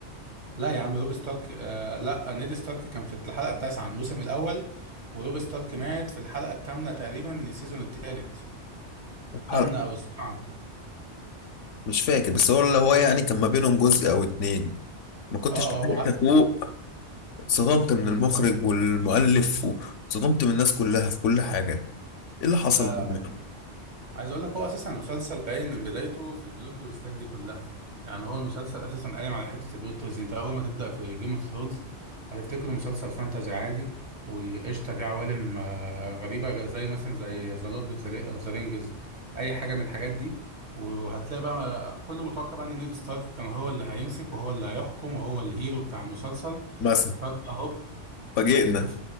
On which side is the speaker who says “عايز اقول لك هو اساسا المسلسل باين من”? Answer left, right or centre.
Right